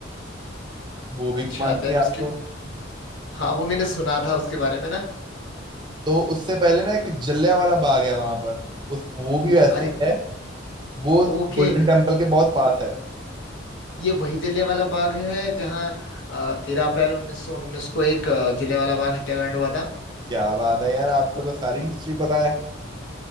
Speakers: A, on the right; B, on the left.
A: वो
B: अच्छा
A: भी घुमा देंगे
B: देन उसके
A: आपको
B: हाँ वो मैंने सुना था उसके बारे में ना
A: तो उससे पहले ना एक जलिया वाला बाग है वहां पर उस वो भी ऐसा
B: अरे
A: ही है वो
B: ओके
A: गोल्डन टेम्पल के बहुत पास है
B: ये वही जलियांवाला बाग है जहाँ तेरह अप्रैल उन्नीस सौ उन्नीस को एक अ, जलियांवाला बाग हत्याकांड हुआ था
A: क्या बात है यार आपको तो सारी हिस्ट्री पता है